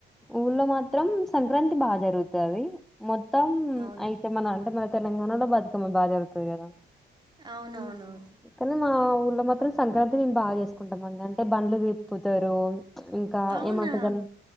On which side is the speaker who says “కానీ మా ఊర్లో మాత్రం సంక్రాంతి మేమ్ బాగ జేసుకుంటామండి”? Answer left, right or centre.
Centre